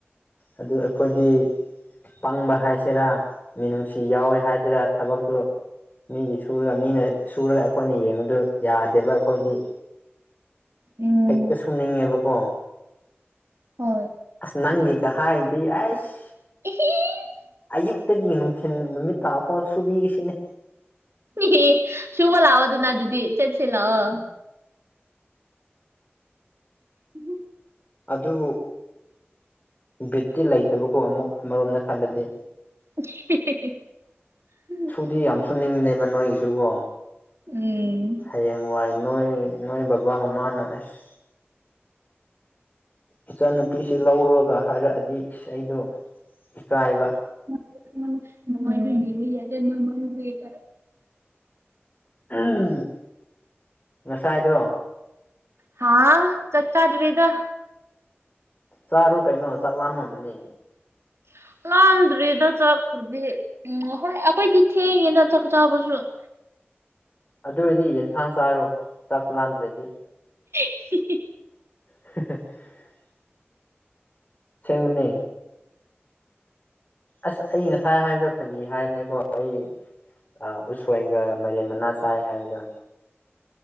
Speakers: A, on the left (about 35°); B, on the right (about 75°).
A: ꯑꯗꯨ ꯑꯩꯈꯣꯏꯗꯤ ꯄꯪꯕ ꯍꯥꯏꯁꯦꯔꯥ ꯃꯤꯅꯨꯡꯁꯤ ꯌꯥꯎꯋꯦ ꯍꯥꯏꯁꯤꯔꯥ ꯊꯕꯛꯇꯨ ꯃꯤꯒꯤ ꯁꯨꯔ ꯃꯤꯅ ꯁꯨꯔ ꯑꯈꯣꯏꯅ ꯌꯦꯡꯕꯗꯨ ꯌꯥꯗꯦꯕ ꯑꯈꯣꯏꯗꯤ
B: ꯎꯝ
A: ꯍꯦꯛꯇ ꯁꯨꯅꯤꯡꯉꯦꯕꯀꯣ
B: ꯍꯣꯏ
A: ꯑꯁ ꯅꯪꯒꯤꯀ ꯍꯥꯏꯔꯗꯤ ꯑꯩꯁ
B: ꯑꯦꯍꯦ
A: ꯑꯌꯨꯛ ꯇꯒꯤ ꯅꯨꯡꯊꯤꯜ ꯅꯨꯃꯤꯠ ꯇꯥ ꯐꯥꯎ ꯁꯨꯕꯤꯒꯦ ꯁꯤꯅꯤ
B: ꯑꯦꯍꯦ ꯁꯨꯕ ꯂꯥꯛꯑꯣꯗꯅ ꯑꯗꯨꯗꯤ ꯆꯠꯁꯦ ꯂꯥꯛꯑꯣ <inaudible>
A: ꯑꯗꯨꯕꯨ ꯕꯤꯠꯇꯤ ꯂꯩꯇꯕꯀꯣ ꯑꯃꯨꯛ ꯃꯔꯣꯝꯗ ꯈꯜꯂꯗꯤ
B: <unintelligible>
A: ꯁꯨꯗꯤ ꯌꯥꯝ ꯁꯨꯅꯤꯡꯗꯦꯕ ꯅꯣꯏꯒꯤꯁꯨꯀꯣ
B: ꯎꯝ
A: ꯍꯌꯦꯡ ꯋꯥꯏ ꯅꯣꯏ ꯅꯣꯏ ꯕꯕꯥ ꯃꯃꯥꯅ ꯑꯁ ꯏꯆꯥꯅꯨꯄꯤꯁꯤ ꯂꯧꯔꯣꯒ ꯍꯥꯏꯔꯛꯑꯗꯤ ꯑꯩꯗꯣ ꯏꯀꯥꯏꯕ
B: <unintelligible>
A: <unintelligible> ꯉꯁꯥꯏꯗꯣ
B: ꯍꯥꯥ ꯆꯛꯆꯥꯗ꯭ꯔꯤꯗ
A: ꯆꯥꯔꯣ ꯀꯩꯅꯣ ꯆꯥꯛ ꯂꯥꯝꯃꯝꯃꯅꯤ
B: <inaudible> ꯂꯥꯝꯗ꯭ꯔꯤꯗ ꯆꯥꯛꯄꯨꯗꯤ ꯎꯝ ꯍꯣꯏ ꯑꯈꯣꯏꯗꯤ ꯊꯦꯡꯉꯦꯗ ꯆꯥꯛ ꯆꯥꯕꯁꯨ <inaudible>
A: ꯑꯗꯨ ꯑꯣꯏꯔꯗꯤ ꯌꯦꯟꯁꯥꯡ ꯆꯥꯔꯣ ꯆꯥꯛ ꯂꯥꯝꯗ꯭ꯔꯗꯤ
B: ꯍꯤ ꯍꯤ
A: <unintelligible> ꯁꯦꯡꯕꯅꯦ ꯑꯁ ꯑꯩ ꯉꯁꯥꯏ ꯍꯥꯏꯕꯗꯣ ꯐꯒꯤ ꯍꯥꯏꯕꯅꯤꯀꯣ ꯑꯩ ꯑ ꯎꯁꯣꯏꯒ ꯃꯥꯏꯔꯦꯟ ꯃꯅꯥ ꯆꯥꯏ ꯍꯥꯏꯕꯗꯣ